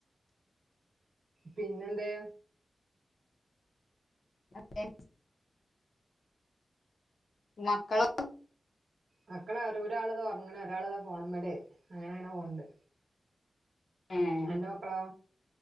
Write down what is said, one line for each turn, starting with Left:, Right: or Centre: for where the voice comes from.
Right: പിന്നെന്തെ
Left: അ <inaudible> മക്കളോ
Right: മക്കളെ ഒരു ഒരാളത് ഉറങ്ങണ് ഒരാളത് ഫോണിമ്മൽ വടെ അങ്ങനെ അങ്ങനെ പോകുന്നുണ്ട്
Left: ഏഹ്
Right: അന്റെ മക്കളോ